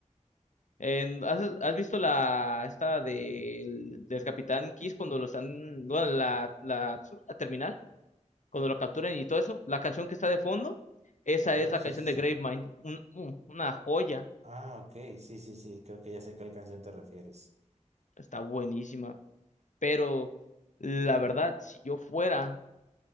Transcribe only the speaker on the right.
Ok,
sí,
sí,
sí.
Ah, ok, sí, sí, sí. Creo que ya sé a qué canción te refieres.